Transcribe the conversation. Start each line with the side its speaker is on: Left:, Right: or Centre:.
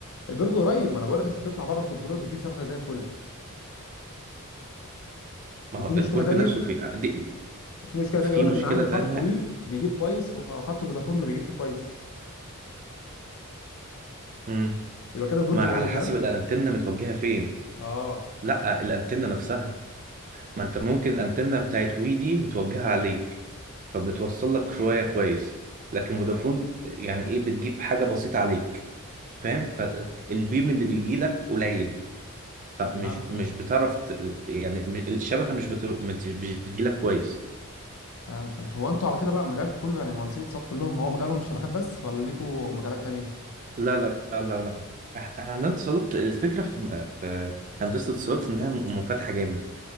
Left: البرج قريب ما انا بقول لك انت بتطلع بره الكنترول بتجيب شبكه زي الفل
Right: ما
Left: وفي
Right: هو
Left: مشكله
Right: البرج
Left: تانية
Right: نفسه فين دي
Left: في مشكله
Right: في
Left: تانية يقول
Right: مشكله
Left: لك ان عندي
Right: تانية
Left: خط وي بيجيب كويس وخط فودافون ما بيجيبش كويس
Right: امم
Left: يبقى كده البرج
Right: ما
Left: بعيد
Right: على حسب
Left: ها
Right: الانتنه متوجهه فين
Left: اه
Right: لا الانتنه نفسها ما انت ممكن الانتنه بتاعت وي دي متوجهه عليك فبتوصل لك شويه كويس لكن فودافون يعني ايه بتجيب حاجه بسيطه عليك فاهم فالبيم اللي بيجي لك قليل فمش
Left: فهمت
Right: مش
Left: اه
Right: بتعرف ت- يعني م- الشبكه مش بت... مش بتجي لك كويس
Left: فهمت فهمت هو انتوا على كده بقى مجالكم كله يعني مهندسين اتصالات كلهم هو مجالهم شبكات بس ولا ليكوا مجالات تانية
Right: لا لا لا لا لا. احنا عندنا اتصالات الفكره في في هندسه اتصالات انها م- منفتحه جامد